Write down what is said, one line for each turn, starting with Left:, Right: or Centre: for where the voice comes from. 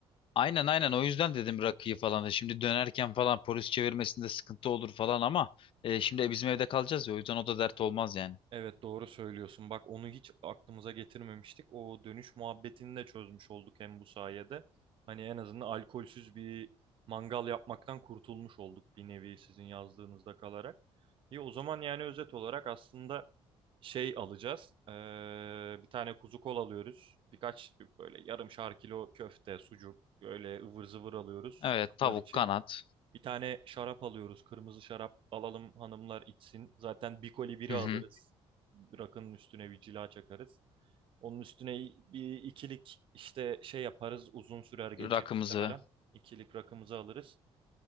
Left: Aynen aynen o yüzden dedim rakıyı falan. Şimdi dönerken falan polis çevirmesinde sıkıntı olur falan ama e, şimdi e, bizim evde kalacağız ya o yüzden o da dert olmaz yani.
Right: Evet doğru söylüyorsun. Bak onu hiç aklımıza getirmemiştik. O dönüş muhabbetini de çözmüş olduk hem bu sayede. Hani en azından alkolsüz bir mangal yapmaktan kurtulmuş olduk bir nevi sizin yazdığınızda kalarak. İyi o zaman yani özet olarak aslında şey alacağız. Ee, bir tane kuzu kol alıyoruz. Birkaç böyle yarım şar kilo köfte, sucuk, böyle ıvır zıvır alıyoruz
Left: Evet tavuk
Right: bunlar için.
Left: kanat.
Right: Bir tane şarap alıyoruz. Kırmızı şarap alalım hanımlar içsin. Zaten bir koli biri
Left: Hı
Right: alırız.
Left: hı.
Right: Rakının üstüne bir cila çakarız. Onun üstüne bir ikilik işte şey yaparız. Uzun sürer gece
Left: Rakımızı.
Right: muhtemelen. İkilik rakımızı alırız.